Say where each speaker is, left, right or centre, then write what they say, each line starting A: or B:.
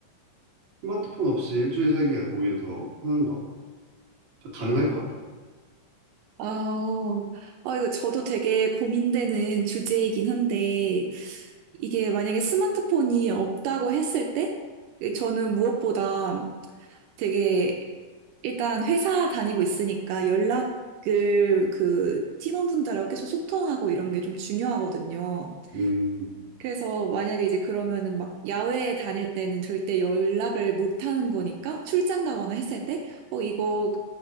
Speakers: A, on the right (about 45°); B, on the right (about 80°).
A: 스마트폰 없이 일주일 살기가 오히려 더 편한 거 가능할 것 같아요.
B: 아, 아, 이거 저도 되게 고민되는 주제이긴 한데, 이게 만약에 스마트폰이 없다고 했을 때, 저는 무엇보다 되게 일단 회사 다니고 있으니까 연락을 그 팀원분들하고 계속 소통하고 이런 게 좀 중요하거든요.
A: 음,
B: 그래서 만약에 이제 그러면은 막 야외에 다닐 때는 절대 연락을 못 하는 거니까 출장 가거나 했을 때, 어, 이거